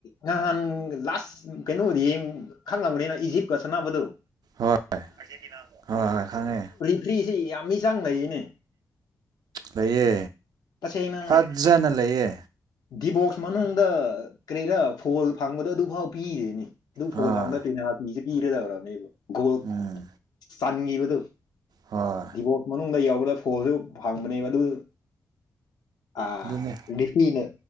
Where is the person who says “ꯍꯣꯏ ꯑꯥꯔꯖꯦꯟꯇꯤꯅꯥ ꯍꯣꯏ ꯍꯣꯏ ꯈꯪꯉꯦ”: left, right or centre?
Right